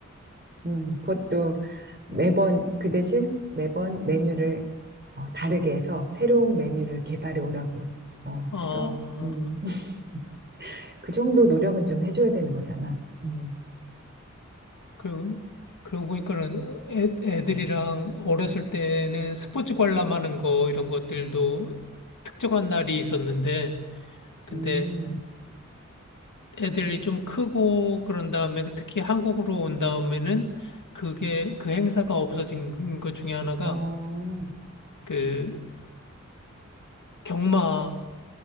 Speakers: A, on the right; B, on the left.
A: 음, 그것도 매번 그 대신 매번 메뉴를 어, 다르게 해서 새로운 메뉴를 개발해 오라고 어,
B: 아,
A: 해서 음, <laughs> 그 정도 노력은 좀 해줘야 되는 거잖아. 음,
B: 그 그러고 보니까는 애, 애들이랑 어렸을 때는 스포츠 관람하는 거 이런 것들도 특정한 날이 있었는데 근데
A: 음,
B: 애들이 좀 크고 그런 다음에 특히 한국으로 온 다음에는 그게 그 행사가 없어진 것 중에 하나가
A: 어,
B: 그 경마